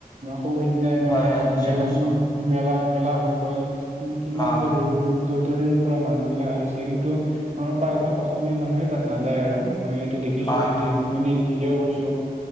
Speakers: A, on the right; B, on the left.
A: সৌ সিদিনাই মানে,
B: হয় হয় গৈছো
A: মেলা,
B: গৈছো
A: মেলা- মেলা হৈ গ'ল। কিন্তু, কিমান
B: অ
A: যে দূৰ- দূৰ দূৰ -দূৰণিৰ পৰা মানুহ বিলাক আহিছে। কিন্তু, আমাৰ প্ৰায়ভাগ, অসমীয়া মানুহে তাত নাযায়। আৰু মই দেখিছোঁ!
B: হয়,
A: যিহেতু, মই নি, নিজেও গৈছোঁ।